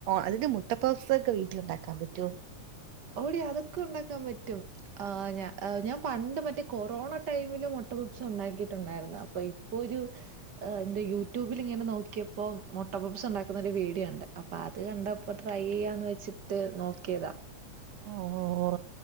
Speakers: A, on the right; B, on the right.
A: അതിന്റെ മുട്ടപ്പാസ് ഒക്കെ വീട്ടിൽ ഉണ്ടാക്കാൻ പറ്റോ?
B: ഓടി അതൊക്കെ ഉണ്ടാക്കാൻ പറ്റും. ആഹ് ഞ ഞാൻ പണ്ട് മറ്റേ കൊറോണ ടൈമില് മുട്ട പപ്സ് ഉണ്ടാക്കിയിട്ടുണ്ടായിരുന്ന അപ്പൊ ഇപ്പൊ ഒരു എന്റെ യൂട്യൂബിൽ ഇങ്ങനെ നോക്കിയപ്പോ മൊട്ട പപ്സ് ഉണ്ടാക്കുന്ന ഒരു വീഡിയോ കണ്ടു അപ്പ അത് കണ്ടപ്പോ ട്രൈ ചെയ്യാന്ന് വെച്ചിട്ട് നോക്കിയതാ.
A: ഓ ഓ ഓ